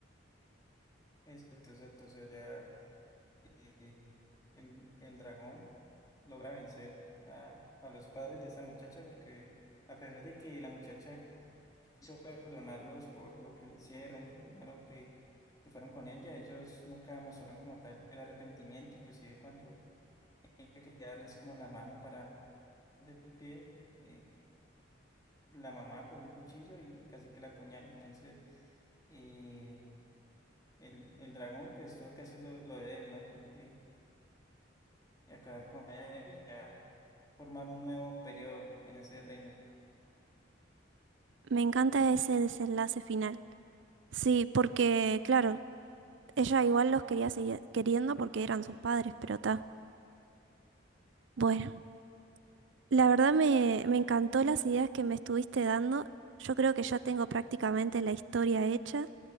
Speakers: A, on the left; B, on the right.
A: Exacto, exacto, o sea, ya eh, el, el dragón logra vencer a, a los padres de esa muchacha porque a pesar de que la muchacha quiso perdonarlos por lo que le hicieron, por lo malo que que fueron con ella, ellos nunca mostraron como tal el arrepentimiento, inclusive cuando quería darles como la mano para del pie, eh, la mamá cogió un cuchillo y casi que la apuñala. Entonces, eh, el, el dragón pues tuvo que hacer lo, lo de él, ¿no? Tuvo que acabar con él, ya formar un nuevo periodo en ese reino.
B: Me encanta ese desenlace final. Sí, porque, claro, ella igual los quería seguir queriendo porque eran sus padres, pero está. Bueno, la verdad me, me encantó las ideas que me estuviste dando. Yo creo que ya tengo prácticamente la historia hecha